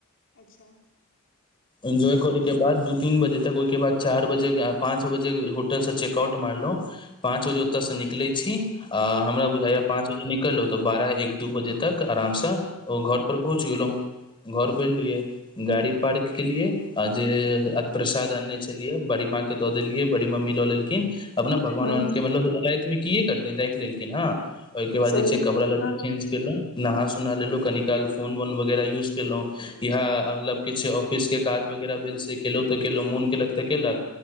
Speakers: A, on the left (about 55°); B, on the left (about 25°).
A: अच्छा
B: एन्ज्वाय करै के बाद दू तीन बजे तक ओहिके बाद चार बजे पाँच बजे होटल चेकाॅउट मारलौं पाँच बजे ओतसे निकलेै छी आ हमरा बुझाय पाँच बजे निकलौ तऽ बारह एक दू बजे तक आराम स ओ घर पर पहुँच गेलौं घर पे एलिये गाड़ी पार्क केलियै आ जे प्रसाद आनने छेलियै बड़ी माँ के दऽ देलियै बड़ी मम्मी ल लेलखिन अपना भगवान
A: ह
B: के मतलब रति मे किए करथिन रखि लेलखिन हँ ओहिके बाद
A: सही
B: जे छै कपड़ा लत्ता
A: ह
B: चेंज केलौं नहा सोना लेलौ कनी काल फोन वोन वगैरह यूज केलौ इहा मतलब किछ ऑफिस के काज वगैरह भेल से केलौ तऽ केलौ मोन केलक तऽ केलक